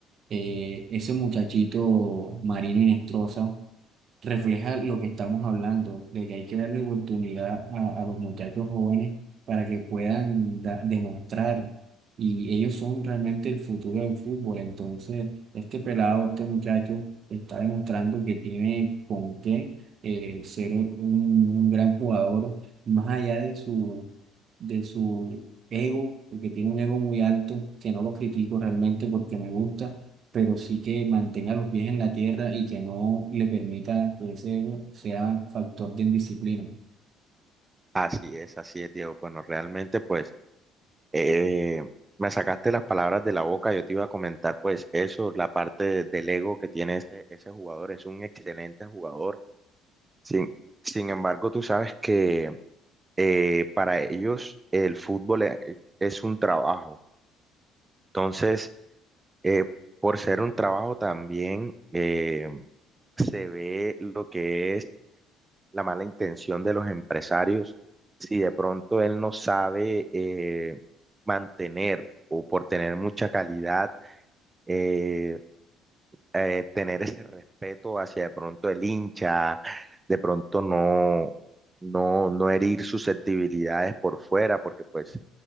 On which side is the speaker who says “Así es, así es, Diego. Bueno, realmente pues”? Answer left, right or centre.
Right